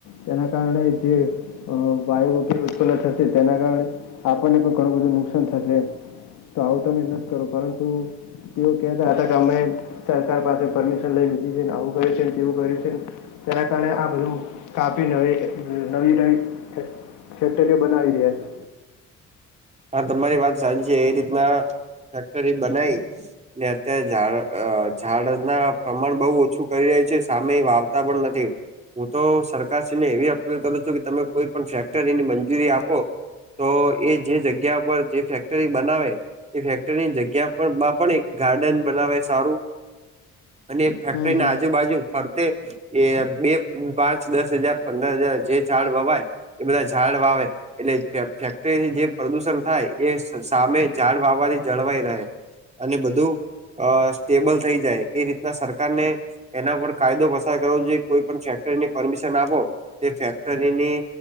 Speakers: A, on the left; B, on the right.
A: તેના કારણે જે અહ વાયુ ખીણ ઉત્પન્ન થશે. તેના કારણે આપણને પણ ઘણું બધું નુકસાન થશે. તો આવું તમે નથ કરો પરંતુ, તેઓ કેતા હતા કે અમે સરકાર પાસે પરમિશન લઇ લીધી છે, ને આવું કર્યું છે, તેવું કર્યું છે, તેના કારણે આ બધું કાપી ને નવી નવી, ફેક્ટરી બનાવી રહ્યા છે.
B: હા તમારી વાત સાચી છે, આ રીતના ફેક્ટરી બનાઈ, ને અત્યારે ઝાડ અ ઝાડ ના પ્રમાણ બહુ ઓછું કરી રહ્યા છે, ને સામે વાવતા પણ નથી. હું તો સરકારશ્રીને એવી અપીલ કરું છું, કે તમે કોઈ પણ ફેક્ટરીની મંજૂરી આપો. તો એ જે જગ્યા પર જે ફેક્ટરી બનાવે, એ ફેક્ટરીની જગ્યા પર મ પણ એક ગાર્ડન બનાવે, સારુ, અને એ ફેક્ટરી
A: હમ
B: ના
A: હમ
B: આજુબાજુ ફરતે, એ બે પાંચ દસ હજાર પંદર હજાર જે ઝાડ વવાય, એ બધા ઝાડ વાવે એલે ફે ફેક્ટરી ની જે, પ્રદૂષણ થાય, એ સામે ઝાડ વાવવા થી જળવાઈ રહે, અને બધું, આ સ્ટેબલ થઈ જાય, એ રીતના સરકારને, એના પર કાયદો પસાર કરવો જોઈએ કોઈ પણ ફેક્ટરીની પરમિશન આપો તે ફેક્ટરીની